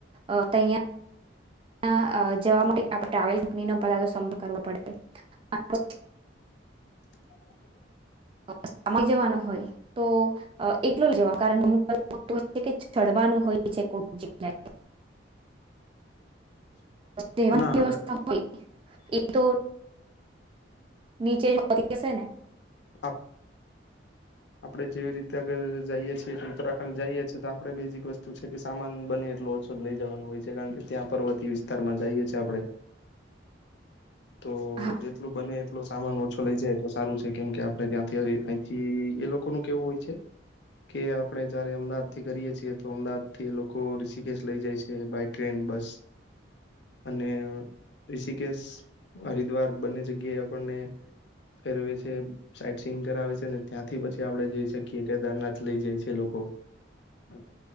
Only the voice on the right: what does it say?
અ તહીયા જવા માટે આપણે ટ્રાવેલ કંપનીનો પેલા તો સંપર્ક કરવો પડે <unintelligible>
<unintelligible> જવાનો હોય તો એકલો જવા કારણ એવું હોય છે કે ચડવાનું હોય છે કોક જ્ગયા.
સેવા
વ્યવસ્થા હોય એ તો નીચે જતી અશે ને
હા